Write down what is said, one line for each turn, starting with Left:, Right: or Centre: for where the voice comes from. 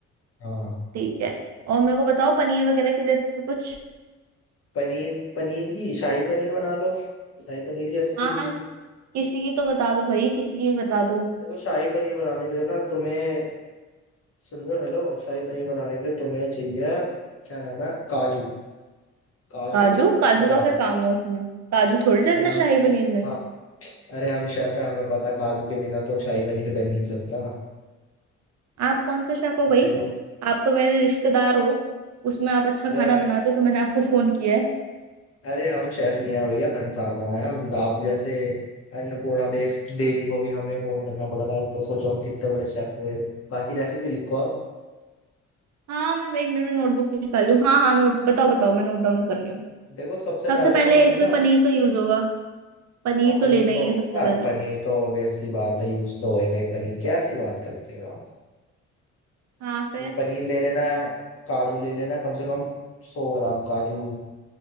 Left: हाँ हाँ।
Right: ठीक है और मेरे को बताओ पनीर वगैरह की रेसिपी कुछ
Left: पनीर पनीर की शाही पनीर बना लो शाही पनीर की रेसिपी
Right: हाँ
Left: लिख लो
Right: किसी की तो बता दो भाई किसी की भी बता दो
Left: देखो शाही पनीर बनाने के लिए ना तुम्हें सुन रहे हो हेलो शाही पनीर बनाने के लिए तुम्हें चाहिए क्या नाम है काजू काजू
Right: काजू
Left: खोया
Right: काजू का क्या काम है उसमें काजू थोड़ी डलता
Left: अरे हम
Right: है शाही पनीर में
Left: हाँ अरे हम शेफ हैं हमें पता काजू के बिना तो शाही पनीर बन नहीं सकता
Right: आप कौन से शेफ हो
Left: देखो
Right: भाई आप तो मेरे रिश्तेदार हो उसमें आप अच्छा
Left: अरे
Right: खाना बनाते हो तो मैंने आपको फोन किया है
Left: अरे हम शेफ ही हैं भैया खनसामा है हम आप जैसे अन्नपूर्णा देव देवी को भी हमें फोन करना पड़ रहा है तो सोचो हम कितने बड़े शेफ हुए बाकी रेसिपी लिखो आप
Right: हाँ मैं एक मिनट में नोटबुक निकालूं हाँ हाँ नोट बताओ बताओ मैं नोट डाउन कर रही हूँ
Left: देखो सबसे
Right: सबसे
Left: पहले
Right: पहले
Left: तो हमें
Right: इसमें
Left: ना
Right: पनीर तो यूज होगा पनीर
Left: आप
Right: तो
Left: पनीर
Right: लेना
Left: तो
Right: ही है सबसे
Left: आप
Right: पहले
Left: पनीर तो ऑब्वियस सी बात है यूज तो होएगा ही पनीर कैसी बात करते हो आप
Right: हाँ फिर
Left: पनीर ले लेना काजू ले लेना कम से कम सौ ग्राम काजू